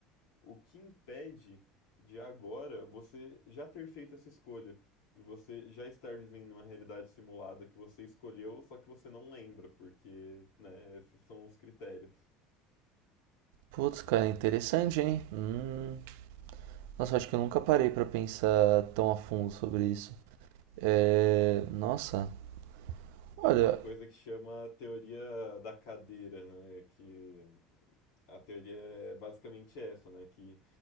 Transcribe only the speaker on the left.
o que impede de agora você já ter feito essa escolha? E você já estar vivendo uma realidade simulada que você escolheu, só que você não lembra, porque, né, esses são os critérios.
É uma coisa que chama a teoria da cadeira, né? Que a teoria é basicamente essa, né? Que